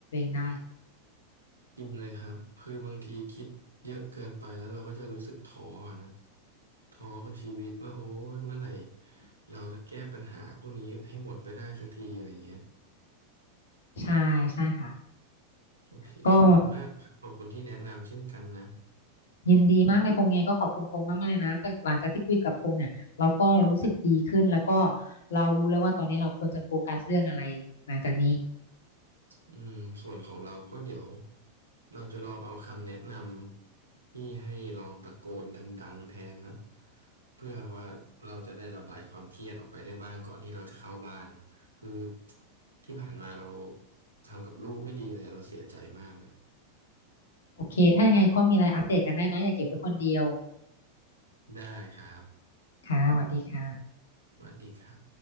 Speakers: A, on the left (about 65°); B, on the right (about 80°).
A: ได้
B: จริงเลยครับคือบางทีคิดเยอะเกินไปแล้วเราก็จะรู้สึกท้ออะนะท้อกับชีวิตว่าโอ้ยเมื่อไหร่เราจะแก้ปัญหาพวกนี้ให้หมดไปได้สักทีอะไรเงี้ย
A: ใช่ใช่ค่ะ
B: โอเคขอบคุณมากครับขอบคุณที่แนะนำเช่นกันนะ
A: ก็ยินดีมากเลยพงษ์ไงก็ขอบคุณพงษ์มากๆเลยนะแต่หลังจากที่คุยกับพงษ์เนี่ยเราก็รู้สึกดีขึ้นแล้วก็เรารู้แล้วว่าตอนนี้เราควรจะโฟกัสเรื่องอะไรหลังจากนี้
B: อืมส่วนของเราก็เดี๋ยวเราจะลองเอาคำแนะนำที่ให้ลองตะโกนดังๆแทนนะเพื่อว่าเราจะได้ระบายความเครียดออกไปได้บ้างก่อนที่เราจะเข้าบ้านคือที่ผ่านมาเราทำกับลูกไม่ดีเลยเราเสียใจมากเลย
A: โอเคถ้ายังไงก็มีอะไรอัปเดตกันได้นะอย่าเก็บไว้คนเดียว
B: ได้ครับ
A: ค่ะสวัสดีค่ะ
B: สวัสดีครับ